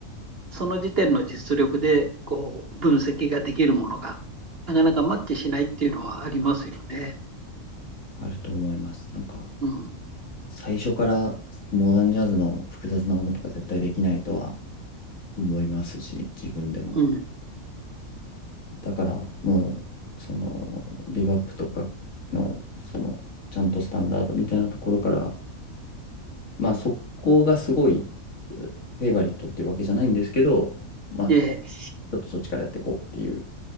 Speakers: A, on the right (about 45°); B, on the left (about 70°).
A: その時点の実力でこう分析ができるものが、なかなかマッチしないっていうのはありますよね。
B: あると思います。なんか、
A: うん
B: 最初からモダンジャズの複雑なものとか絶対できないとは思いますし、自分でも。
A: うん、
B: だからもう、その、ビバップとかの、その、ちゃんとスタンダードみたいなところから、まあそこがすごい、うフェイバリットっていうわけじゃないんですけど、まあ、
A: ええ、
B: ちょっとそっちからやっていこうっていう